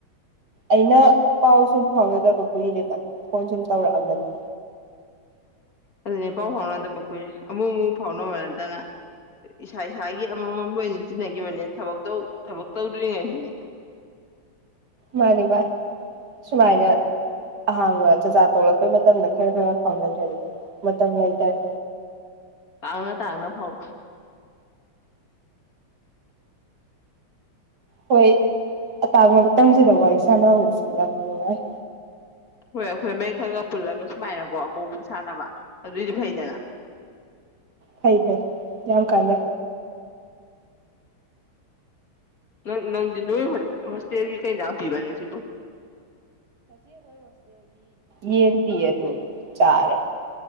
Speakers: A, on the right (about 50°); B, on the left (about 45°).
A: ꯑꯩꯅ ꯄꯥꯎ ꯁꯨꯝ ꯐꯥꯎꯅꯗꯕ ꯀꯨꯏꯔꯦꯅ ꯐꯣꯟ ꯁꯨꯝ ꯇꯧꯔꯛꯑꯝꯕꯅꯤ
B: ꯑꯗꯨꯅꯦ ꯄꯥꯎ ꯐꯥꯎꯅꯗꯕ ꯀꯨꯏꯔꯦ ꯑꯃꯨꯛ ꯑꯃꯨꯛ ꯐꯥꯎꯅꯕ ꯅꯠꯇꯅ ꯏꯁꯥ ꯏꯁꯥꯒꯤ ꯑꯃꯃꯝ ꯂꯣꯏꯅ ꯆꯤꯟꯅꯈꯤꯕꯅꯦ ꯊꯕ ꯊꯕꯛ ꯇꯧꯗ꯭ꯔꯤꯉꯩꯁꯤꯗꯤ
A: ꯃꯥꯅꯤ ꯃꯥ ꯁꯨꯃꯥꯏꯅ ꯑꯍꯥꯡꯕ ꯆꯥꯆꯥꯥ ꯇꯣꯂꯛꯄꯩ ꯃꯇꯝꯗ ꯈꯔ ꯈꯔ ꯐꯥꯎꯅꯗ꯭ꯔꯗꯤ ꯃꯇꯝ ꯂꯩꯇꯔꯦ
B: ꯍꯣꯏꯅ ꯇꯥꯡꯅ ꯐꯥꯎ
A: ꯍꯣꯏ ꯑꯇꯥꯡꯕ ꯃꯇꯝꯁꯤꯗ ꯋꯥꯏ ꯁꯥꯟꯅꯍꯁꯤ ꯌꯥꯝ ꯅꯨꯡꯉꯥꯏ
B: ꯍꯣꯏ ꯑꯩꯈꯣꯏ ꯃꯩ ꯈꯔ ꯈ ꯄꯨꯜꯂꯒ ꯁꯨꯃꯥꯏꯅꯀꯣ ꯑꯃꯨꯛ ꯑꯃꯨꯛ ꯁꯥꯟꯅꯕ ꯑꯗꯨꯏꯗꯤ ꯐꯩꯗꯅ
A: ꯐꯩ ꯐꯩ ꯌꯥꯝ ꯀꯂꯦ
B: ꯅ ꯅꯪꯗꯤ ꯅꯣꯏ ꯍꯣꯁꯇꯦꯜꯒꯤ ꯀꯩꯄꯤꯕ ꯉ ꯁꯤꯕꯨ
A: ꯌꯦ ꯄꯤ ꯑꯗꯨ ꯑꯗꯨ ꯆꯥꯔꯦ